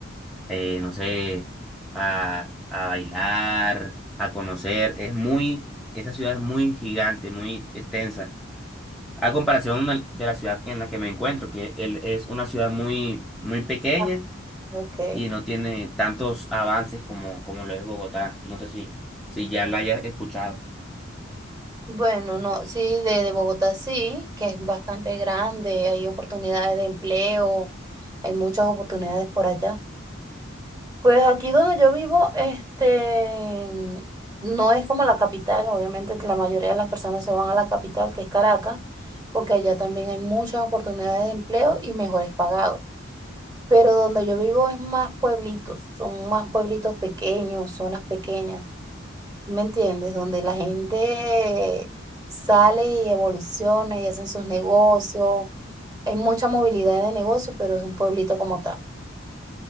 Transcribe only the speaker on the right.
Ah, ok.
Bueno, no, sí, de, de Bogotá sí, que es bastante grande, hay oportunidades de empleo, hay muchas oportunidades por allá. Pues aquí donde yo vivo, este, no es como la capital, obviamente la mayoría de las personas se van a la capital, que es Caracas, porque allá también hay muchas oportunidades de empleo y mejores pagados. Pero donde yo vivo es más pueblitos, son más pueblitos pequeños, zonas pequeñas. ¿Me entiendes? Donde la gente sale y evoluciona y hacen sus negocios. Hay mucha movilidad de negocios, pero es un pueblito como tal.